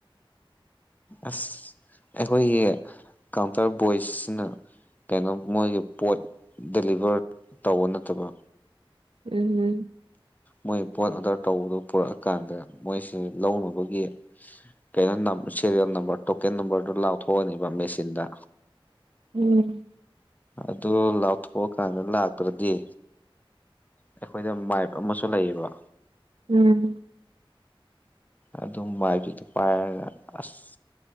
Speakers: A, on the left; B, on the right.
A: ꯑꯁ ꯑꯩꯈꯣꯏꯒꯤ ꯀꯥꯎꯟꯇꯔ ꯕꯣꯏꯁꯁꯤꯅ ꯀꯩꯅꯣ ꯃꯣꯏꯒꯤ ꯄꯣꯠ ꯗꯦꯂꯤꯚꯔ ꯇꯧꯕ ꯅꯠꯇꯕ
B: ꯎꯝ ꯎꯝ
A: ꯃꯣꯏ ꯄꯣꯠ ꯑꯣꯗꯔ ꯇꯧꯕꯗꯣ ꯄꯨꯔꯛꯑꯀꯥꯟꯗ ꯃꯣꯏꯁꯦ ꯂꯧꯅꯕꯒꯤ ꯀꯩꯅꯣ ꯅꯥꯞ ꯁꯦꯔꯤꯌꯦꯜ ꯅꯝꯕꯔ ꯇꯣꯀꯦꯟ ꯅꯝꯕꯔꯗꯨ ꯂꯥꯎꯊꯣꯛꯑꯅꯤꯕ ꯃꯦꯆꯤꯟꯗ
B: ꯎꯝ
A: ꯑꯗꯨ ꯂꯥꯎꯊꯣꯛꯑꯀꯥꯟꯗ ꯂꯥꯛꯇ꯭ꯔꯗꯤ ꯑꯩꯈꯣꯏꯗ ꯃꯥꯏꯞ ꯑꯃꯁꯨ ꯂꯩꯌꯦꯕ
B: ꯎꯝ
A: ꯑꯗꯨꯝ ꯃꯥꯏꯁꯨꯗ ꯄꯥꯏꯔꯒ ꯑꯁ